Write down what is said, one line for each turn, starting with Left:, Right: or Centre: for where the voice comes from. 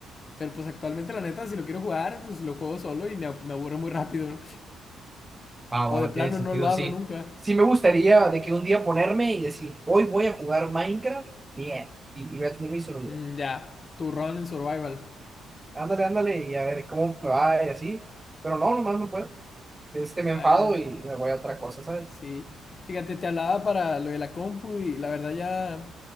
Left: Pero pues actualmente, la neta, si lo quiero jugar, pues lo juego solo y me, me aburro muy rápido. ¿no?
Right: Va, va,
Left: O de
Right: tiene
Left: plano
Right: sentido,
Left: no lo
Right: sí.
Left: abro nunca.
Right: Sí me gustaría de que un día ponerme y decir, hoy voy a jugar Minecraft, bien, y, y voy a tener mi celular.
Left: Mm, ya, tu rol en Survival.
Right: Ándale, ándale, y a ver cómo me va y así. Pero no, nomás no puedo. Este, me enfado
Left: Bueno,
Right: y me voy a otra cosa, ¿sabes?
Left: sí. Fíjate, te hablaba para lo de la compu y la verdad ya,